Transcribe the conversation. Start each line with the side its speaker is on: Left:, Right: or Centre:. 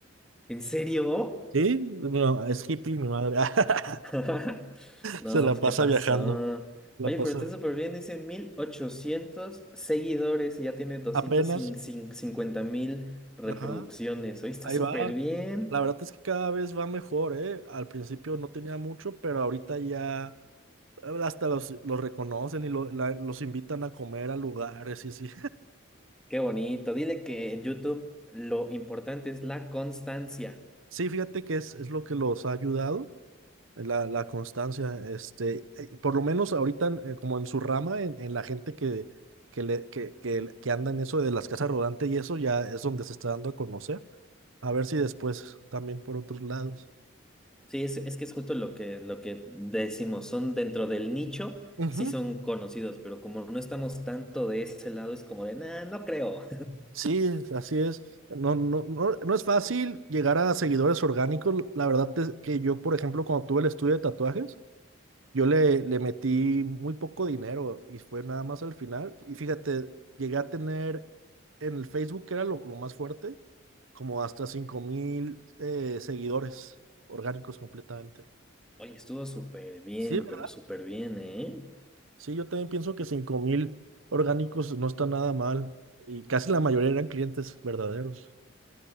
Centre: ¿En serio?
Right: Sí, mi ma- es hippie, mi madre. <laughs>
Centre: <laughs> No,
Right: Se la
Centre: pues,
Right: pasa
Centre: ¿qué pasó?
Right: viajando. La
Centre: Oye,
Right: pasa
Centre: pero está súper bien, dice 1800 seguidores y ya tiene doscientos
Right: apenas.
Centre: cincuenta mil reproducciones.
Right: Ajá.
Centre: Oye, está
Right: Ahí
Centre: súper
Right: va.
Centre: bien.
Right: La verdad es que cada vez va mejor, ¿eh? Al principio no tenía mucho, pero ahorita ya eh, hasta los, los reconocen y lo- la- los invitan a comer a lugares y así.
Centre: Qué bonito. Dile que en YouTube lo importante es la constancia.
Right: Sí, fíjate que es, es lo que los ha ayudado, eh, la, la constancia, este, eh, por lo menos ahorita en- eh, como en su rama, en, en la gente que, que, le, que, que, le- que anda en eso de las casas rodantes y eso ya es donde se está dando a conocer, a ver si después también por otros lados.
Centre: Sí, es, es que es justo lo que, lo que decimos. Son dentro del nicho,
Right: Ujú,
Centre: sí son conocidos, pero como no estamos tanto de ese lado, es como de, nah, no creo.
Right: Sí, así es. No, no, no, no es fácil llegar a seguidores orgánicos. La verdad es que yo, por ejemplo, cuando tuve el estudio de tatuajes, Yo le, le metí muy poco dinero y fue nada más al final. Y fíjate, llegué a tener en el Facebook, que era lo, lo más fuerte, como hasta cinco mil eh, seguidores orgánicos completamente.
Centre: <laughs> Oye, estuvo súper bien,
Right: Sí, ¿verdad?
Centre: pero súper bien, ¿eh?
Right: Sí, yo también pienso que cinco mil orgánicos no está nada mal. Y casi la mayoría eran clientes verdaderos.